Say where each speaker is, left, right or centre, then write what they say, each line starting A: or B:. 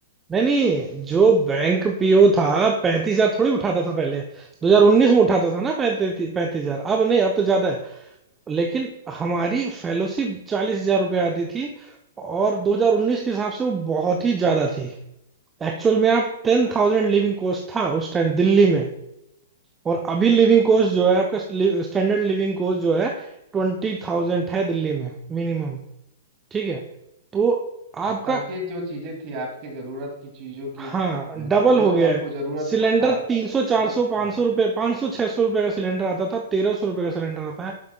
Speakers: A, on the right; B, on the right.
A: नहीं नहीं जो बैंक पीओ था पैंतीस हजार थोड़ी उठाता था पहले 2019 में उठाता था ना पैंतीस पैंतीस हजार अब नहीं अब तो ज्यादा है लेकिन हमारी फेलोशिप चालीस हजार रुपये आती थी और 2019 के हिसाब से वो बहुत ही ज्यादा थी एक्चुअल में आप टेन थाउजेंड लिविंग कॉस्ट था उस टाइम दिल्ली में और अभी लिविंग कॉस्ट जो है आपका स्टैंडर्ड लिविंग कॉस्ट जो है ट्वेंटी थाउजेंड है दिल्ली में मिनिमम ठीक है तो
B: और
A: आपका
B: तब के जो चीजें थी आपके जरूरत की चीजों
A: हाँ
B: की मतलब
A: डबल
B: जो
A: हो
B: जो
A: गया
B: आपको
A: है
B: जरूरत
A: सिलेंडर
B: था
A: तीन सौ चार
B: वो
A: सौ पाँच
B: हाँ
A: सौ रुपये पाँच सौ छह सौ रुपये का सिलेंडर आता था तेरह सौ रुपये का सिलेंडर आता है